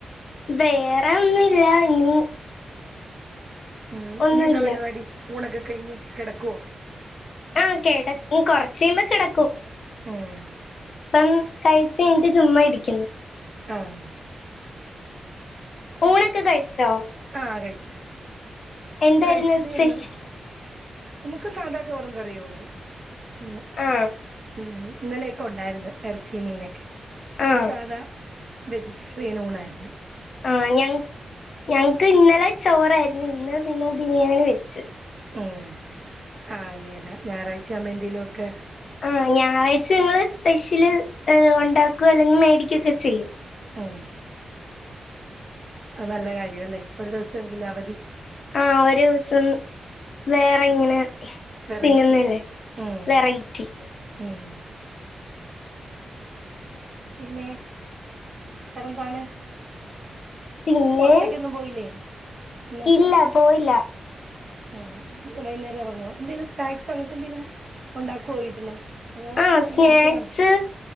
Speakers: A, on the left; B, on the right.
A: വേറെ ഒന്നുല്ല ഇനി
B: ഉം
A: ഒന്നുല്ല
B: ഇഞ്ഞി എന്താ പര്പാടി ഊണൊക്കെ കഴിഞ്ഞ് കെടക്കുവോ?
A: ആഹ് കെട ഉം കൊറച്ച് കയ്യ്മ്പോ കെടക്കും.
B: ഉം
A: ഇപ്പം കഴിച്ച് കഴ്ഞ്ഞ്ട്ട് ചുമ്മാ ഇരിക്കുന്നു.
B: ആഹ്.
A: ഊണൊക്കെ കഴിച്ചോ?
B: ആഹ് കഴിച്ച്
A: എന്തായിരുന്നു
B: ഇപ്പ കഴിച്ചതേ
A: സ്പെഷ്യൽ
B: ഉള്ളൂ. നമുക്ക് സാധാ ചോറും കറിയോള്ളൂ ഇന്ന്
A: ആ
B: ഉം. ഇന്നലെയൊക്കെ ഉണ്ടായിര്ന്ന് എറച്ചിം മീനൊക്കെ
A: ആ
B: ഇന്ന് സാദാ വെജിറ്റേറിയൻ ഊണായിര്ന്ന്.
A: ആഹ് ഞങ്ങ് ഞങ്ങക്ക് ഇന്നലെ ചോറായിര്ന്ന് ഇന്ന് പിന്നെ ബിരിയാണി വെച്ച്.
B: ഉം ആഹ് നേരാ ഞായറാഴ്ചയാവുമ്പോ എന്തേലു ഒക്കെ
A: ആഹ് ഞായറാഴ്ച ഞങ്ങള് സ്പെഷ്യല് ഹ് ഒണ്ടാക്കോ അല്ലെങ്ങി മേടിക്കൊക്കെ ചെയ്യും.
B: ഉം. അത് നല്ല കാര്യാ അല്ലേ ഒരു ദെവസവെങ്കിലും അവധി.
A: ആഹ് ഒരൂസം വേറെ ഇങ്ങനെ
B: വെറൈറ്റി
A: തിന്നുന്നേല്ലേ
B: ഉം
A: വെറൈറ്റി
B: ഉം. പിന്നെ വേറെന്താണ്
A: പിന്നെ
B: പൊറത്തേക്കൊന്നും പോയില്ലേ ഇന്ന്
A: ഇല്ല പോയില്ല
B: ഉം വൈന്നേരം ഇറങ്ങുവോ എന്തെലും സ്നാക്സ് അങ്ങനത്തെ എന്തേലും ഉണ്ടാക്കോ വീട്ടില് അതോ
A: ആഹ് സ്നാക്സ്
B: മേടിക്കലാണോ